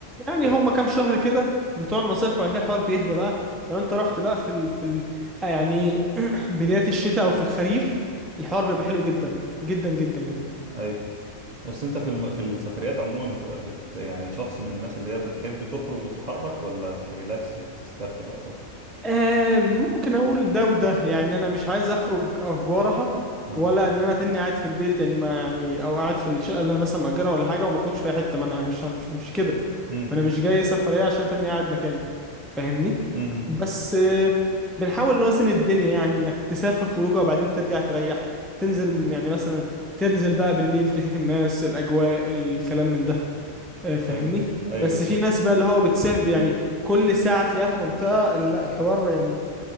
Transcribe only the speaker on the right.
فاهم
ايوه بس انت في الم... في السفريات عموما بتبقى بت... يعني شخص من الناس اللي هي بتحب تخرج وتتحرك ولا تريلاكس وتسترخي اكتر
اها
امم
امم
ايوه ايوه
فاهم